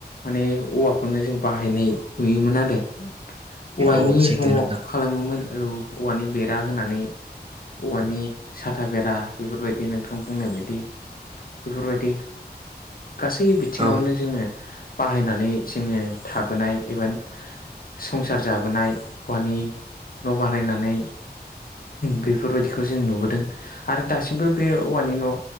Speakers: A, on the left (about 60°); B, on the right (about 35°).
A: माने औवाखौनो जों बाहायनाय नुयोमोन आरो औवानि
B: औ सैथो
A: न'आव
B: नोंथां
A: खालामोमोन औ औवानि बेरा होनानै। औवानि साथा बेरा बेफोरबायदि नोंथां बुंनाय बादि बेफोरबादि गासै बिथिङावनो
B: औ
A: जोङो बाहायनानै जोङो थाबोनाय एबा संसार जाबोनाय औवानि न' बानायनानै बेफोरबादिखौ बिखौ जों नुबोदों आरो दासिमबो बे औवानि न'